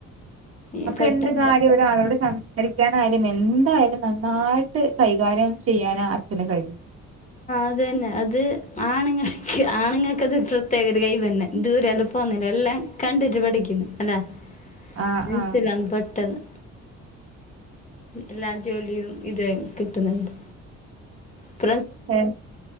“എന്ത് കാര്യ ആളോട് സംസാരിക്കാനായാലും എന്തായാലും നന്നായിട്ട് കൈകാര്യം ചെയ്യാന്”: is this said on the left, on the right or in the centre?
Right